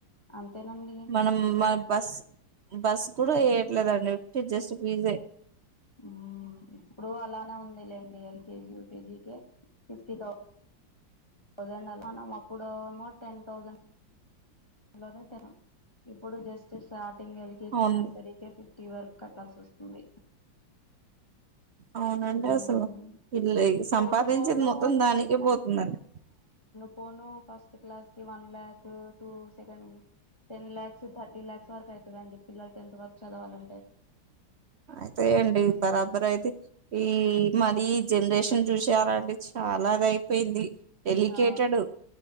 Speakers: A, on the left; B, on the right.
A: అంతేనండి
B: మనం మన బస్ బస్ కూడా ఎయట్లేదండి ఉట్టి జస్ట్ ఫిజే
A: ఉ ఇప్పుడు అలానే ఉంది లేండి ఎల్కేజీ ూకేజీ క ఫిఫ్టీ తౌసంద్ థౌజండ్ అలానేమో అప్పుడేమో టెన్ థౌజండ్ లోనే తినం ఇప్పుడు జస్ట్ స్టా టి ఎల్కేజీ
B: అవును
A: నర్సరీకే ఫిఫ్టీ వరకు కట్టాల్సి వస్తుంది
B: అవునండి
A: మ్మ్
B: అసలు ఈల్లు సంపాదించింది
A: పోను పోను
B: మొత్తం దానికే పోతుందండి
A: ఫోను ఫస్ట్ క్లాస్ కీ one lakh two second ten lakhs thirty lakhs వరకు అయితదండి పిల్లలు టెన్త్ వరకు చదవాలంటే
B: అయి అదే అండి బరాబర్ అయితే ఈ మరి జనరేషన్ చూసి అలా అండి చాలాదై అయిపోయింది డెలికేటెడ్
A: ఆ